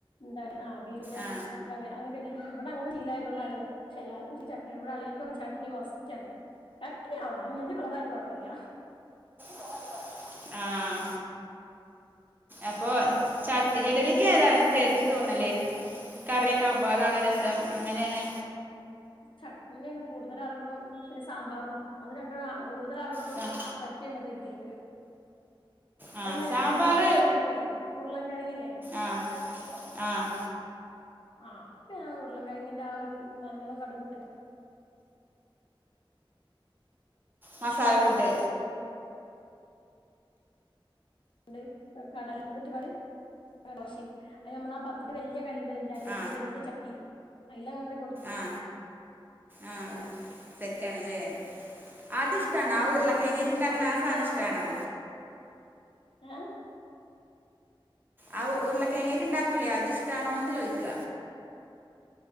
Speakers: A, on the left (about 65°); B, on the right (about 20°).
A: എന്താണ് ആ ബിഫിന്റെ
B: ആ
A: കറി അങ്ങനൊക്കേണ് ഇവിടെ അങ്ങനെ ശീലായതോണ്ട് അങ്ങനെ പക്ഷെ എല്ലാർക്കും ഇച്ചിരി ചട്ണി വേണം ഇവിടെ അളിയനിക്കൊക്കെ ചട്ണി മസ്റ്റാണ് ചട്നി ആവണം അ ഇഞ് എന്ത് കളറായാലും കുഴപ്പില്ല
B: കളറായാലും കുഴപ്പല്ല. ആഹ് അപ്പൊ ചട് ഇഡലിക്ക് ഏതാ ടേസ്റ്റ് തോന്നല് കറിയൊക്കെ ആവുമ്പൊ അതാണൊ രസം അങ്ങനെണ്
A: ചട്നി തന്നെ കൂടുതൽ ആളുകളും പിന്നെ സാമ്പാറും അത് രണ്ടൂ ആണ് ആ കൂടുതൽ ആളുകളും
B: സ-
A: <unintelligible> ചെയ്യുന്നത് ഇഡലിക്ക്
B: ആ
A: പിന്നെ
B: സാമ്പാർ
A: ഞാന് ദോശ വെക്കുമ്പളേ ഉരുളൻ കിഴങ്ങില്ലേ
B: ആ ആ
A: ആ അപ്പം ഞാൻ ഉരുളൻ കിഴങ്ങിന്റെ ആ ഒരു കു മഞ്ഞളും കടുകും ഇട്ട് ക
B: മസാലക്കൂട്ട്
A: ണ്ട് കടല അതിട്ട് കാണ്ട് ദോശിം അതിന് നമ്മള് ആ പത്തിരി വല്യ കല്ലുണ്ടല്ലോ ഇൻ്റാലിയത്തിൻ്റെ
B: ആ
A: വല്യ ചട്ടി അയിലങ്ങട്
B: ആ ആ തെറ്റാണ്ല്ലേ അത് ഇഷ്ടാണോ
A: ഉം
B: ആ ഉരുളക്കിഴങ്ങേറ്റ് ഉണ്ടാക്ണ
A: അപ്പൊ വല്യ
B: ആ സാധനം
A: ദോശ
B: ഇഷ്ടാണോ
A: കിട്ടും ഏഹ്
B: ആ ഉരുളകിഴങ്ങേറ്റ് ഉണ്ടാക്കൂലേ അത് ഇഷ്ടാണോന്ന് ചോദിക്ക